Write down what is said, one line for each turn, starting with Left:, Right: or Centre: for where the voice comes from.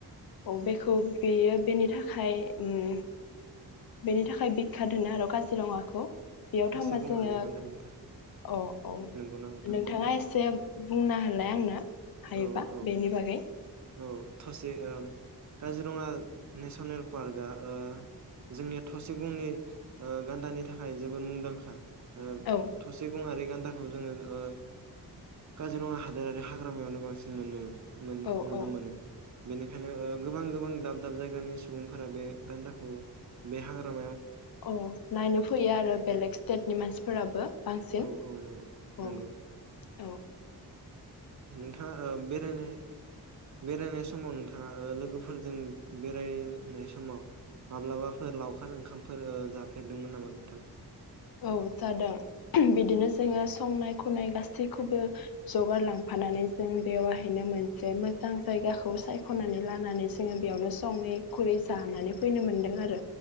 Left: औ बेखौ बेयो बेनि थाखाय उम बेनि थाखाय बिखा द होनो आरो काजिरङाखौ बेयाव
Right: थसे
Left: थांबा
Right: गंआरि
Left: जोंङो
Right: गान्दानि थाखाय
Left: औ औ
Right: नंगौना नोंथां
Left: नोंथाङा एसे बुंना हालाय आंनो हायोबा
Right: औ औ
Left: बेनि बागै
Right: औ थसे काजिरङा नेसनेल पार्कआ ओ जोंनिया थसे गंनि ओ गान्दानि थाखाय जोबोर मुंदांखा ओ
Left: औ
Right: थसे गंआरि गानदाखौ जोंङो ओ काजिरङा हादोरारि लामायानो बांसिन मोनो मोन
Left: औ
Right: नुनो
Left: औ
Right: मोनो बेनिखायनो ओ गोबां गोबां दाब दाब जायगानि सुबुंफोरा बे गान्दाखौ बे हाग्राम
Left: औ नायनो फैयो आरो बेलेग स्टेटनि मानसिफोराबो बांसिन
Right: औ औ नंगौ
Left: औ
Right: नंगौ
Left: औ
Right: नोंथाङा बेरायनाय बेरायनाय समाव नोंथाङा लोगोफोरजों बेरायनाय समाव माब्लाबाफोर लावखार ओंखामफोर जाफेरदोंमोन नामा नोंथां
Left: औ जादों बिदिनो जोंङो संनाय खुरनाय गासैखौबो जगार लांफानानै जों बेवहायनो मोनसे मोजां जायगाखौ सायखनानै लानानै जोंङो बेयावनो सङै खुरै जानानै फैनो मोनदों आरो